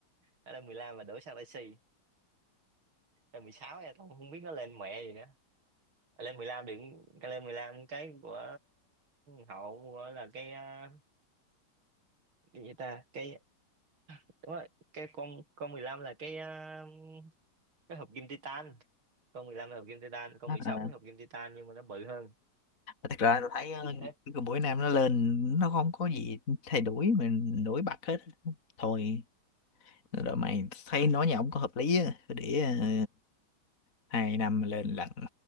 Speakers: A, on the right; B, on the left.
A: nó lên 15 mà đổ sang Messi lên 16 em cũng không biết nó lên mẹ gì nữa Ờ, lên 15 đừng cái lên 15 cái của hậu của là cái ờ, cái gì ta cái đúng rồi cái con con 15 là cái ờ, cái hộp kim titan con 15 là hộp kim titan con
B: À,
A: 16 là hộp kim titan nhưng mà nó bự hơn
B: thật ra tôi thấy ờ,
A: hết
B: cái buổi nam nó lên nó không có gì thay đổi mình nổi bật hết thôi rồi mày thấy nói nhà ông có hợp lý á để ờ, hai năm lên lần